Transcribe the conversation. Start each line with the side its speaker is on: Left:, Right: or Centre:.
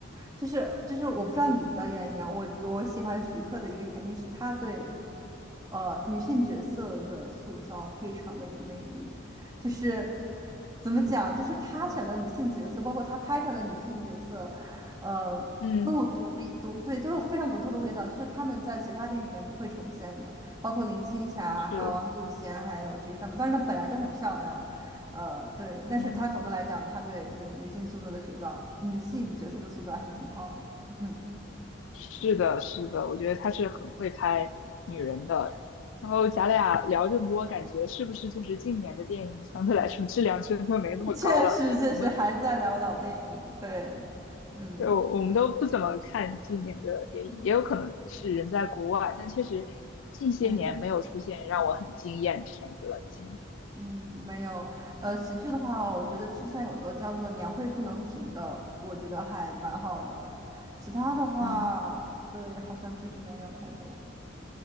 Right: 就是就是我不知道你的原因啊，我我喜欢徐克的一个原因是他对呃女性角色的塑造非常的有魅力，就是怎么讲，就是他选的女性角色，包括他拍出来的女性角色，呃，
Left: 嗯，
Right: 都有独一独对都有非常独特的味道，就是他们在其他电影里面不会呈现的，包括林青霞啊、
Left: 是，
Right: 王祖贤还有这个张曼，当然她本来就很漂亮。呃，对，但是他总的来讲，
Left: 嗯。
Right: 他对对女性塑造的塑造，女性角色的塑造还是挺好的。<laughs> 嗯，
Left: 是的，是的，我觉得他是很会拍女人的。然后咱俩聊这么多，感觉是不是就是近年的电影相对来说质量真的没那么高了？
Right: 确实，确实还在聊老电影。
Left: 我们
Right: 对，嗯
Left: 呃我们都不怎么看近年的电影，
Right: 嗯
Left: 也有可能是人在国外，但确实近些年没有出现让我很惊艳的片子了，
Right: 嗯
Left: 已经。
Right: 嗯，没有。呃，喜剧的话，我觉得之前有一个叫做《年会不能停》的，我觉得还蛮好的。其他的话，
Left: 嗯，
Right: 对，好像确实没有太多。